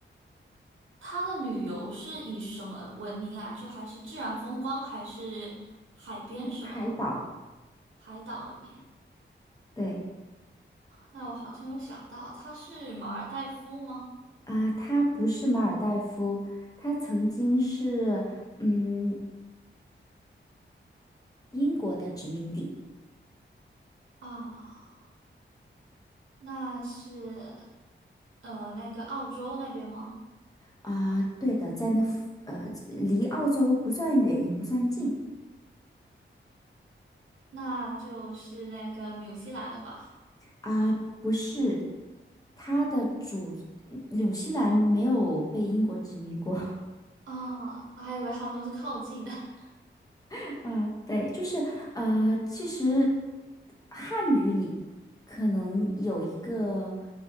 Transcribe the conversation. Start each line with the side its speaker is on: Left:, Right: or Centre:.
Right: 它的旅游是以什么闻名啊？就还是自然风光，还是海边什么的，
Left: 嗯海岛。
Right: 海岛闻名？
Left: 对
Right: 那我好像有想到，它是马尔代夫吗？
Left: 啊，它不是马尔代夫，它曾经是嗯英国的殖民地
Right: 啊，那是呃那个澳洲那边吗？
Left: 啊、对的，在那附呃，离澳洲不算远，也不算近
Right: 那就是那个纽西兰了吧？
Left: 啊、不是，它的主纽西兰没有被英国殖民过
Right: 啊，我还以为他们是靠近的。<laughs>
Left: <laughs> 啊、对，就是呃，其实汉语里可能有一个